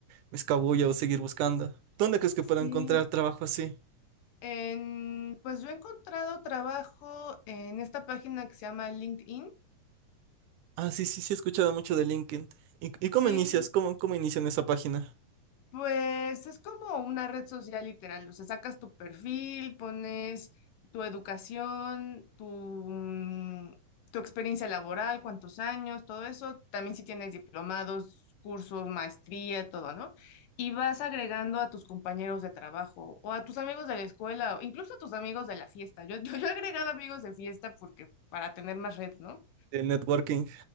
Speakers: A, on the right; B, on the left.
A: me escabullo o seguir buscando. ¿Dónde crees que
B: sí.
A: puedo encontrar trabajo así?
B: En, pues yo he encontrado trabajo en esta página que se llama LinkedIn.
A: Ah, sí, sí, sí, he escuchado mucho de LinkedIn. ¿Y, y cómo
B: Sí,
A: inicias? ¿Cómo, cómo inician esa página
B: Pues es como una red social literal, o sea, sacas tu perfil, pones tu educación, tu, mm, tu experiencia laboral, cuántos años, todo eso, también si tienes diplomados, cursos, maestría, todo, ¿no? Y vas agregando a tus compañeros de trabajo o a tus amigos de la escuela, o incluso a tus amigos de la fiesta. Yo, <laughs> yo, yo he agregado amigos de fiesta porque para tener más red, ¿no?
A: de networking?